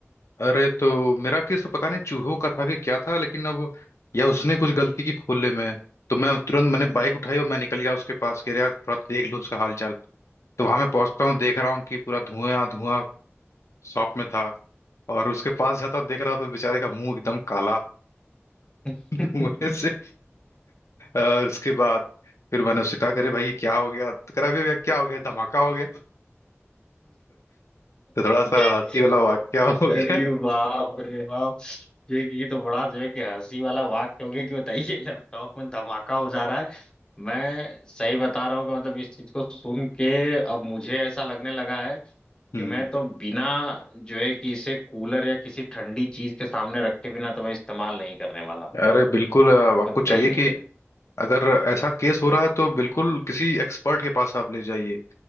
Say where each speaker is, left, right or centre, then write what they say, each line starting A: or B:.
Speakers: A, on the left; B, on the left.
A: अरे तो मेरा केस तो पता नहीं चूहों का था कि क्या था लेकिन अब या उसने कुछ गलती की खोलने में तो मैं तुरंत मैंने बाइक उठाई और मैं निकल गया उसके पास के यार थोड़ा देख लूँ उसका हाल चाल तो वहां मैं पहुंचता हूँ देख रहा हूँ कि पूरा धुआं धुआं शॉप में था और उसके पास जाता हूं, देख रहा हूं तो बेचारे का मुंह एकदम काला
B: हैं
A: धुएं से और उसके बाद फिर मैंने उससे कहा करे भाई ये क्या हो गया तो कह रहा अभी भैया क्या हो गया धमाका हो गया तो थोड़ा
B: <laughs>
A: सा हंसी वाला वाक्या हो
B: अरे
A: गया
B: बाप रे बाप ये ये तो बड़ा जो है कि हंसी वाला वाक्य हो गया कि बताइए लैपटॉप में धमाका हो जा रहा है मैं सही बता रहा हूँ कि मतलब इस चीज को सुन के अब मुझे ऐसा लगने लगा है
A: हम्म
B: कि मैं तो बिना जो है कि इसे कूलर या किसी ठंडी चीज के सामने रखे बिना तो मैं इस्तेमाल नहीं करने वाला हूँ
A: अरे बिल्कुल अ, आपको
B: कतई
A: चाहिए कि
B: नहीं
A: अगर ऐसा केस हो रहा है तो बिल्कुल किसी एक्सपर्ट के पास आप ले जाइए